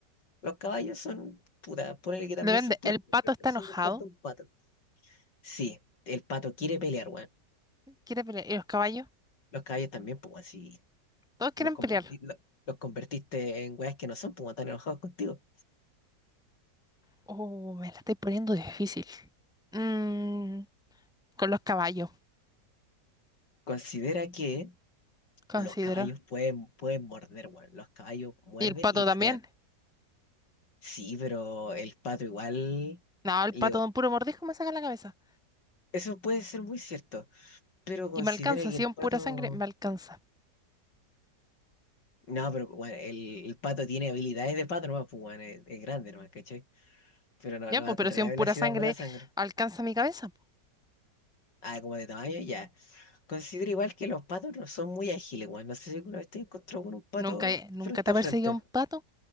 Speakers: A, on the left; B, in the centre.
A: Los caballos son, puta, ponele que también
B: Depende.
A: son puras
B: El pato
A: sangre,
B: está
A: pero son
B: enojado.
A: del porte de un pato. Sí, el pato quiere pelear, weón.
B: Quiere pelear. ¿Y los caballos?
A: Los caballos también, pues, weón, si
B: Todos quieren
A: los, converti-
B: pelear.
A: lo- los convertiste en weas que no son, pues, weón, están enojados contigo.
B: Oh, me la estoy poniendo difícil. Mm, con los caballos,
A: Considera que
B: considero.
A: los caballos pueden, pueden morder, weón. Los caballos muerden
B: ¿Y el pato
A: y patean.
B: también?
A: Sí, pero el pato igual
B: No, el
A: le...
B: pato de un puro mordisco me saca la cabeza.
A: Eso puede ser muy cierto, pero considera
B: Y me alcanza.
A: que
B: Si
A: el
B: es
A: pato...
B: en pura sangre, me alcanza.
A: No, pero bueno, el, el pato tiene habilidades de pato, nomás, pues, weón, es, es grande, nomás, ¿cachai? Pero no,
B: Ya,
A: no
B: pues,
A: va a
B: pero
A: correr
B: si es
A: a
B: en
A: velocidad
B: pura sangre,
A: pura sangre.
B: alcanza mi cabeza. pues.
A: Ah, como de tamaño, ya. Considero igual que los patos no son muy ágiles, weón. No sé si alguna vez te encontró con un pato
B: Nunca, he- nunca
A: frente
B: te ha
A: a
B: perseguido
A: frente.
B: un pato.